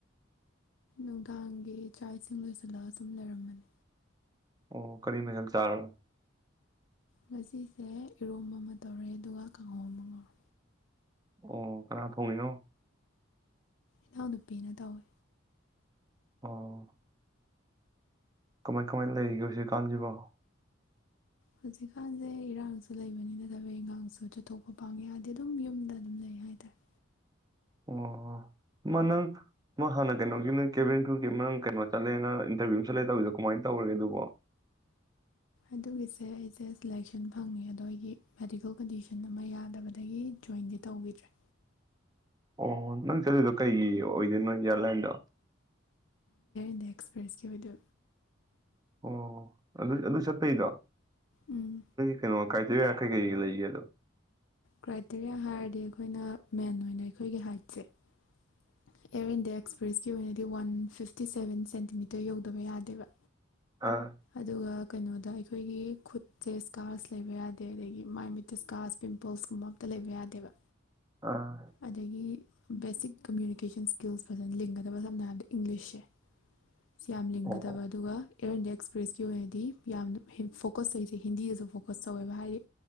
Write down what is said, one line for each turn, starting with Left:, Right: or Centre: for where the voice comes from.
Left: ꯅꯨꯡꯗꯥꯡꯒꯤ ꯆꯥꯛ ꯏꯁꯤꯡ ꯂꯣꯏꯁꯤꯜꯂꯒ ꯁꯨꯝ ꯂꯩꯔꯝꯕꯅꯤ
Right: ꯑꯣ ꯀꯔꯤ ꯃꯁꯜ ꯆꯥꯔꯣ
Left: ꯉꯁꯤꯁꯦ ꯏꯔꯣꯝ ꯑꯃ ꯇꯧꯔꯦ ꯑꯗꯨꯒ ꯀꯥꯡꯍꯣ ꯑꯃ ꯉꯧꯔꯦ
Right: ꯑꯣ ꯀꯅꯥ ꯊꯣꯡꯉꯤꯅꯣ
Left: ꯏꯅꯥꯎꯅꯨꯄꯤꯅ ꯇꯧꯋꯤ
Right: ꯑꯣ ꯀꯃꯥꯏ ꯀꯃꯥꯏꯅ ꯂꯩꯔꯤꯒꯦ ꯍꯧ ꯖꯤꯛꯀꯥꯟꯁꯤꯕꯣ
Left: ꯍꯧꯖꯤꯛꯀꯥꯟꯁꯦ ꯏꯔꯥꯡꯁꯨ ꯂꯩꯕꯅꯤ ꯅꯠꯇꯕ ꯏꯟꯉꯥꯡꯁꯨ ꯆꯠꯊꯣꯛꯄ ꯄꯥꯡꯉꯦ ꯍꯥꯏꯗꯤ ꯑꯗꯨꯝ ꯌꯨꯝꯗ ꯑꯗꯨꯝ ꯂꯩ ꯍꯥꯏꯇꯥꯔꯦ
Right: ꯑꯣ ꯃꯥ ꯅꯪ ꯃꯥ ꯍꯥꯟꯅ ꯀꯩꯅꯣꯒꯤ ꯅꯪ ꯀꯦꯚꯦꯟ ꯀ꯭ꯔꯨꯀꯤ ꯅꯪ ꯀꯩꯅꯣ ꯆꯠꯂꯦ ꯅꯪ ꯏꯟꯇꯔꯚꯤꯌꯨ ꯑꯃ ꯆꯠꯂꯦ ꯇꯕꯗꯣ ꯀꯃꯥꯏꯅ ꯇꯧꯔꯒꯦ ꯑꯗꯨꯕꯣ
Left: ꯑꯗꯨꯒꯤꯁꯦ ꯑꯩꯁꯦ ꯁꯂꯦꯛꯁꯟ ꯐꯪꯉꯦ ꯑꯗꯣ ꯑꯩꯒꯤ ꯃꯦꯗꯤꯀꯦꯜ ꯀꯟꯗꯤꯁꯟ ꯑꯃ ꯌꯥꯗꯕꯗꯒꯤ ꯖꯣꯏꯟꯗꯤ ꯇꯧꯕꯈꯤꯗ꯭ꯔꯦ
Right: ꯑꯣ ꯅꯪ ꯆꯠꯂꯤꯗꯣ ꯀꯩꯒꯤ ꯑꯣꯏꯗꯣꯅꯪ ꯏꯅꯗꯤꯌꯥ ꯂꯥꯏꯜꯗꯣ
Left: ꯏꯟꯗꯌꯥ ꯑꯦꯛꯁꯄ꯭ꯔꯦꯁꯀꯤ ꯑꯣꯏꯅꯗ
Right: ꯑꯣ ꯑꯗꯨ ꯑꯗꯨ ꯆꯠꯇꯩꯗꯣ
Left: ꯎꯝ
Right: ꯀꯩꯅꫭ ꯀꯥꯏꯇꯔꯤ ꯀꯩꯒꯩ ꯂꯩꯒꯤ
Left: ꯀ꯭ꯔꯥꯏꯇꯦꯔꯤꯌꯥ ꯍꯥꯏꯔꯗꯤ ꯑꯩꯈꯣꯏꯅ ꯃꯦꯟ ꯑꯣꯏꯅ ꯑꯩꯈꯣꯏꯒꯤ ꯍꯥꯏ ꯎꯆ ꯎꯆꯦ <unintelligible> ꯑꯦꯌꯔ ꯏꯟꯗꯤꯌꯥ ꯑꯦꯛꯁꯄ꯭ꯔꯦꯁꯀꯤ ꯑꯣꯏꯅꯗꯤ ꯋꯥꯟ ꯐꯤꯐꯇꯤ ꯁꯚꯦꯟ ꯁꯦꯟꯇꯤꯃꯤꯇꯔ ꯌꯧꯗꯕ ꯌꯥꯗꯦꯕ
Right: ꯑꯥ
Left: ꯑꯗꯨꯒ ꯀꯩꯅꯣꯗ ꯑꯩꯈꯣꯏꯒꯤ ꯈꯨꯠꯁꯦ ꯏꯁꯀꯥꯔꯁ ꯂꯩꯕ ꯌꯥꯗꯦ ꯑꯗꯒꯤ ꯃꯥꯏ ꯃꯤꯠꯇ ꯁꯀꯥꯔꯁ ꯄꯤꯝꯄꯜꯁꯀꯨꯝꯕ ꯑꯝꯇ ꯂꯩꯕ ꯌꯥꯗꯦꯕ
Right: ꯑꯥ
Left: ꯑꯗꯒꯤ ꯦꯁ ꯀꯃꯨ <unintelligible> ꯀꯨꯀꯦꯁꯟ ꯁ꯭ꯀꯤꯜꯁ ꯐꯖꯅ ꯂꯤꯡꯒꯗꯕ ꯁꯝꯅ ꯍꯥꯏꯔꯕꯗ ꯏꯪꯂꯤꯁꯁꯦ ꯁꯤ ꯌꯥꯝ ꯂꯤꯡꯒꯗꯕ
Right: ꯑꯣ ꯑꯣ
Left: ꯑꯗꯨꯒ ꯑꯦꯌꯔ ꯏꯟꯗꯤꯌꯥ ꯑꯦꯛꯁꯄ꯭ꯔꯦꯁꯀꯤ ꯑꯣꯏꯅꯗꯤ ꯌꯥꯝꯅ ꯐꯣꯀꯁ ꯇꯧꯔꯤꯁꯦ ꯍꯤꯟꯗꯤꯗꯁꯨ ꯐꯣꯀꯁ ꯇꯧꯋꯦꯕ ꯍꯥꯏꯗꯤ